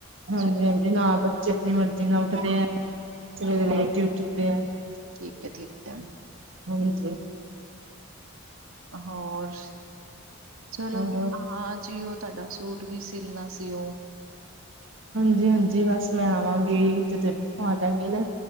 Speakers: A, on the right; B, on the right.
A: ਹਾਂਜੀ-ਹਾਂਜੀ
B: ਸਵੇ-
A: ਨਾ ਬੱਚੇ ਆਪਣੀ ਮਰਜੀ ਨਾਲ ਉੱਠਦੇ ਐ, ਸਵੇਰੇ ਲੇਟ ਈ ਉੱਠਦੇ ਐ।
B: ਠੀਕ ਐ, ਠੀਕ ਐ।
A: ਹਾਂਜੀ।
B: ਹੋਰਸ, ਚਲੋ
A: ਹੋਰ
B: ਫੇ ਆ ਜਿਓ। ਤੁਹਾਡਾ ਸੂਟ ਵੀ ਸਿਲਣਾ ਸੀ, ਉਹ
A: ਹਾਂਜੀ -ਹਾਂਜੀ ਬਸ ਮੈਂ ਆਵਾਂਗੀ, ਜਦੋਂ ਇਥੋਂ ਆ ਜਾਂਵਾਂਗੀ ਨਾ,